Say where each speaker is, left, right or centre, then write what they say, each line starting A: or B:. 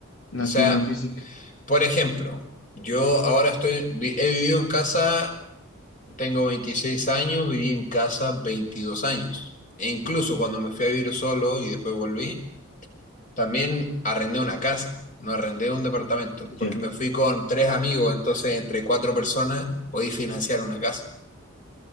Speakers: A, on the left; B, on the left.
A: La
B: O sea,
A: tierra física.
B: por ejemplo, yo ahora estoy, vi- he vivido en casa. Tengo 26 años, viví en casa 22 años. E incluso cuando me fui a vivir solo y después volví, también arrendé una casa, no arrendé un departamento, porque
A: Ya.
B: me fui con tres amigos, entonces entre cuatro personas podí financiar una casa.